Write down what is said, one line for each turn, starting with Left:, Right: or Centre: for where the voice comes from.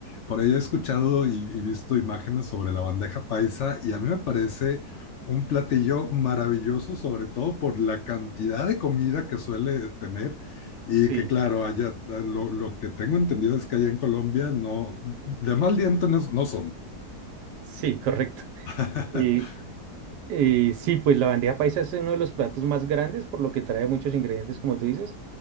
Left: por ahí he escuchado y, y visto imágenes sobre la bandeja paisa y a mí me parece un platillo maravilloso, sobre todo por la cantidad de comida que suele tener. Y
Right: Sí,
Left: que claro, allá lo, lo que tengo entendido es que allá en Colombia no, de mal diente no, no son.
Right: sí, correcto.
Left: <laughs>
Right: Eh, eh, sí, pues la bandeja paisa es uno de los platos más grandes, por lo que trae muchos ingredientes, como tú dices.